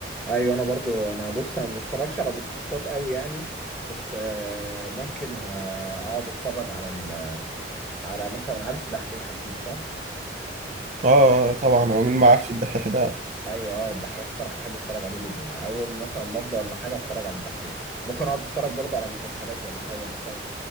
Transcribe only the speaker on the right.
اه آه، طبعا
هو مين ما عارفش الدحيح ده